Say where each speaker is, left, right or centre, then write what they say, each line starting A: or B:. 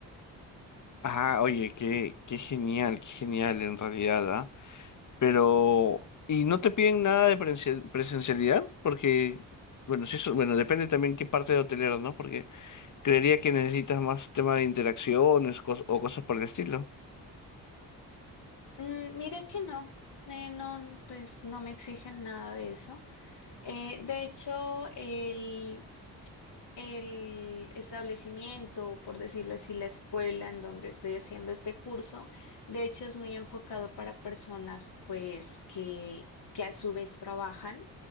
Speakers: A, on the left; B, on the left.
A: Ah, oye, qué, qué genial, qué genial en realidad, ¿ah? Pero, ¿y no te piden nada de presencia- presencialidad? Porque, bueno, sí, eso- bueno, depende también qué parte de hotelero, ¿no? Creería que necesitas más tema de interacciones cos- o cosas por el estilo.
B: Mm, mira que no, eh, no, pues no me exigen nada de eso. Eh, de hecho, el, el establecimiento, por decirlo así, la escuela en donde estoy haciendo este curso, de hecho es muy enfocado para personas pues que, que a su vez trabajan.